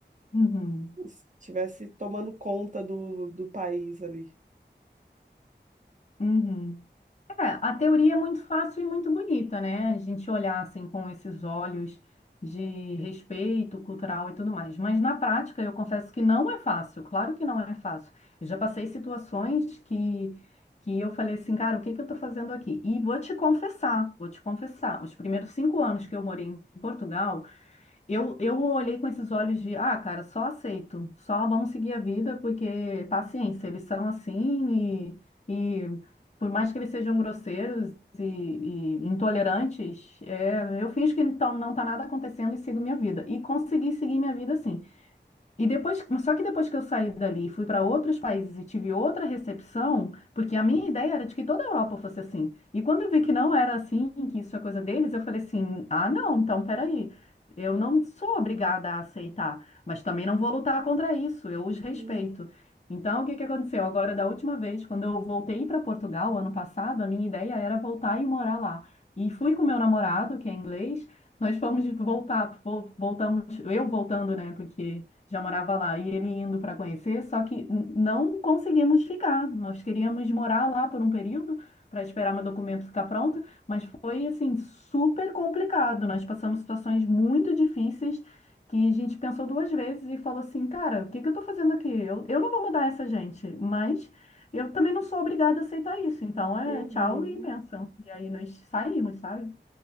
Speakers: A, on the left; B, on the right.
A: uhum,
B: estivesse tomando conta do, do país ali.
A: uhum. É, a teoria é muito fácil e muito bonita, né? A gente olhar assim com esses olhos de respeito cultural e tudo mais. Mas na prática, eu confesso que não é fácil. Claro que não é fácil. Eu já passei situações que, que eu falei assim, cara, o que que eu tô fazendo aqui? E vou te confessar, vou te confessar. Os primeiros cinco anos que eu morei em Portugal, eu, eu olhei com esses olhos de, ah, cara, só aceito, só vamos seguir a vida, porque paciência, eles são assim e, e por mais que eles sejam grosseiros e, e intolerantes, é, eu finjo que então não está nada acontecendo e sigo minha vida. E consegui seguir minha vida assim. E depois, só que depois que eu saí dali, e fui para outros países e tive outra recepção, porque a minha ideia era de que toda a Europa fosse assim. E quando eu vi que não era assim, que isso é coisa deles, eu falei assim: ah, não, então peraí. Eu não sou obrigada a aceitar, mas também não vou lutar contra isso, eu os respeito.
B: Hum,
A: Então, o que que aconteceu? Agora, da última vez, quando eu voltei para Portugal, ano passado, a minha ideia era voltar e morar lá. E fui com meu namorado, que é inglês, nós fomos voltar, vol- voltamos, eu voltando, né, porque já morava lá, e ele indo para conhecer, só que n- não conseguimos ficar. Nós queríamos morar lá por um período para esperar meu documento ficar pronto, mas foi assim super complicado. Nós passamos situações muito difíceis que a gente pensou duas vezes e falou assim, cara, o que que eu tô fazendo aqui? Eu, eu não vou mudar essa gente, mas eu também não sou obrigada a aceitar isso. Então é
B: Uhum.
A: tchau e benção. E aí nós saímos, sabe?